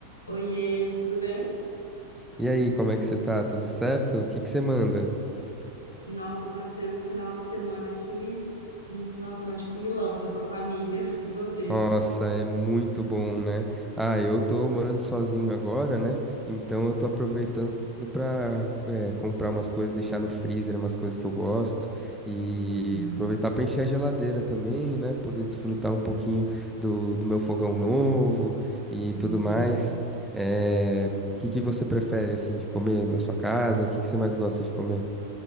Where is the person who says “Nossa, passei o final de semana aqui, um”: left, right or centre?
Left